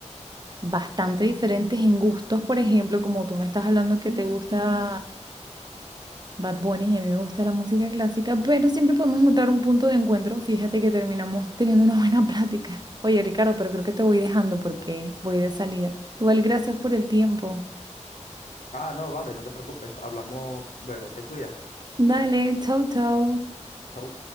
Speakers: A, on the right; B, on the left.
A: bastante diferentes en gustos, por ejemplo, como tú me estás hablando que te gusta Bad Bunny y a mí me gusta la música clásica, pero siempre podemos encontrar un punto de encuentro. Fíjate que terminamos <laughs> teniendo una buena plática. Oye, Ricardo, pero creo que te voy dejando porque voy de salida. Igual, gracias por el tiempo.
B: ah, no, vale, no te preocupes, hablamos luego, te cuidas,
A: Dale, chau, chau.
B: chau.